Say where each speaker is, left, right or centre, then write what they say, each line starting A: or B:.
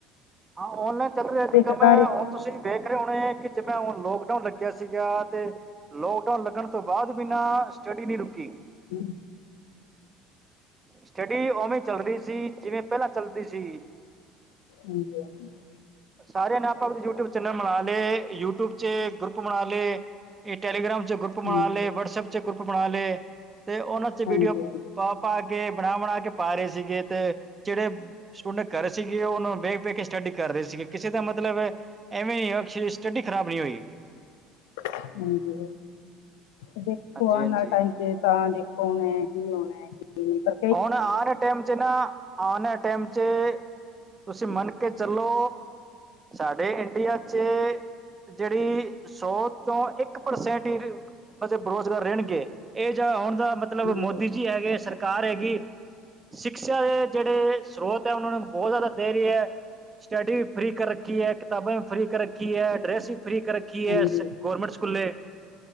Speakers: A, on the right; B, on the left.
A: ਹਾਂ ਔਨਲਾਈਨ ਚੱਲ ਰਿਹਾ ਅੱਜ
B: ਤੇ ਸਰਕਾਰੀ
A: ਕਲ ਅਹ ਤੁਸੀਂ। ਵੇਖ ਰਹੇ ਹੋਣੇ, ਕਿ ਜਿਵੇਂ ਹੁਣ ਲੋਕਡਾਊਨ ਲੱਗਿਆਂ ਸੀਗਾ ਤੇ ਲੋਕਡਾਊਨ ਲੱਗਣ ਤੋਂ ਬਾਅਦ ਵੀ ਨਾਂ ਸਟੱਡੀ ਨਹੀਂ ਰੁਕੀ।
B: ਹੂੰ
A: ਸਟੱਡੀ ਉਵੇਂ ਚੱਲ ਰਹੀ ਸੀ, ਜਿਵੇਂ ਪਹਿਲਾਂ ਚੱਲਦੀ ਸੀਗੀ।
B: ਹਾਂਜੀ ਹਾਂਜੀ ਹਾਂਜੀ
A: ਸਾਰਿਆਂ ਨੇ ਆਪਾਂ ਆਪਦੇ ਯੂਟਿਊਬ ਚੈਨਲ ਬਣਾ ਲਏ, ਯੂਟਿਊਬ'ਚੇ ਗਰੁੱ ਪ ਬਣਾ ਲਏ, ਇਹ ਟੈਲੀਗ੍ਰਾਮ'ਚ ਗਰੁੱਪ ਬਣਾ
B: ਹਾਂਜੀ
A: ਲਏ, ਵਟਸਪ'ਚ ਗਰੁੱਪ ਬਣਾ ਲਏ ਪੁ ਤੇ ਉਹਨਾਂ'ਚ
B: ਹਾਂਜੀ
A: ਵੀਡੀਓ ਪਾ-ਪਾ ਕੇ, ਬਣਾ-ਬਣਾ ਕੇ ਪਾ ਰਹੇ ਸੀਗੇ, ਤੇ ਜਿਹੜੇ ਸਟੁੰਨ ਘਰ ਸੀਗੀ, ਉਹਨੂੰ ਬ <inaudible> ਪੇਕੇ ਸਟੱਡੀ ਕਰ ਰਹੇ ਸੀਗੇ, ਕਿਸੇ ਦਾ ਮਤਲਬ ਐਵੇਂ ਨੀ ਹੋਇ ਸਟੱਡੀ ਖ਼ਰਾਬ ਨਹੀਂ ਹੋਈ।
B: ਹਾਂਜੀ, ਦੇਖੋ
A: ਹਾਂਜੀ
B: ਆਉਣ
A: ਹਾਂਜੀ
B: ਵਾਲ ਟਾਈਮ ਤੇ, ਤਾਂ ਦੇਖੋ, ਹੋਣਾ, ਕੀ ਹੋਣਾ ਕੀ, ਨਹੀਂ ਕਰ
A: ਹੁਣ ਆਰ ਟਾਈਮ'ਚ ਆਨਾ ਟਾਈਮ 'ਚ ਤੁਸੀਂ ਮੰਨ ਕੇ ਚੱਲੋ। ਸਾਡੇ ਇੰਡੀਆ'ਚ ਜਿਹੜੀ ਸੌ, ਚੋ ਇੱਕ ਪਰਸੈਂਟ ਹੀ ਮਤਲਬ ਬੇਰੁਜ਼ਗਾਰ ਰਹਿਣਗੇ। ਇਹ ਜਾਂ ਆਉਣ ਦਾ ਮਤਲਬ
B: ਹਾਂਜੀ
A: ਮੋਦੀ ਜੀ ਹੈਗੇ ਆ ਸਰ ਕਾਰ ਹੈਗੀ, ਸਿੱਕਸ਼ਾ ਦੇ ਜਿਹੜੇ ਸਰੋਤ ਹੈ, ਉਹਨਾਂ ਨੂੰ ਬਹੁਤ ਜ਼ਿਆਦਾ ਦੇ ਰਹੀ ਹੈ। ਸਟੱਡੀ ਵੀ ਫ੍ਰੀ ਕਰ ਰੱਖੀ ਹੈ, ਕਿਤਾਬਾਂ ਵੀ ਫ੍ਰੀ ਕਰ ਰੱਖੀ ਹੈ, ਡਰੈਸ ਵੀ, ਫ੍ਰੀ ਕਰ ਰੱਖੀ ਕੀ, ਐਸ
B: ਹਾਂਜੀ
A: ਗੌਰਮੈਂਟ ਸਕੂਲੇ